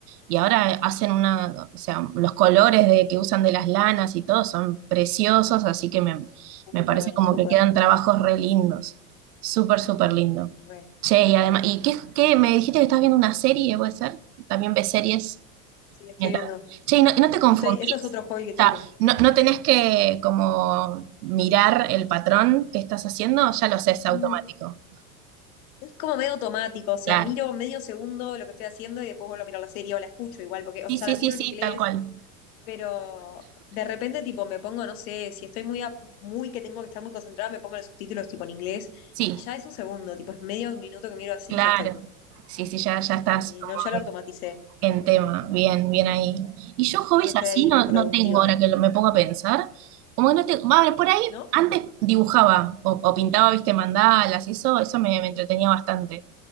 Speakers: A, on the right; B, on the left.
A: y ahora
B: Súper,
A: hacen una, o sea, los colores de, que usan de las lanas y todo son preciosos, así que me,
B: súper,
A: me parece como
B: súper,
A: que quedan trabajos re lindos. Súper, súper lindo.
B: re.
A: Che, y además, ¿y qué, qué? ¿Me dijiste que estás viendo una serie, puede ser? ¿También ves series?
B: Sí, estoy
A: Mental.
B: viendo.
A: Che, ¿y no, y no te confundís?
B: Estoy, eso es otro hobby que
A: O
B: tengo.
A: sea, no, no tenés que como mirar el patrón que estás haciendo, ya lo sé, es automático.
B: Mm, Es como medio automático, o sea,
A: Claro.
B: miro medio segundo lo que estoy haciendo y después vuelvo a mirar la serie o la escucho igual, porque, o
A: Sí,
B: sea,
A: sí,
B: la
A: sí,
B: miro
A: sí,
B: en inglés
A: tal cual.
B: Pero de repente, tipo, me pongo, no sé, si estoy muy, a- muy que tengo que estar muy concentrada, me pongo los subtítulos, tipo, en inglés,
A: Sí,
B: y ya es un segundo, tipo, es medio minuto que miro así
A: claro.
B: y ya estoy.
A: Sí, sí, ya, ya estás
B: Sí,
A: como
B: no, ya lo automaticé.
A: en tema. Bien, bien ahí. Y yo
B: Siento
A: hobbies
B: que estoy
A: así
B: ahí
A: no,
B: productiva,
A: no tengo ahora que lo- me pongo a pensar. Como que no tengo. va, por ahí
B: ¿no?
A: antes dibujaba o, o pintaba, viste, mandalas, eso, eso me, me entretenía bastante.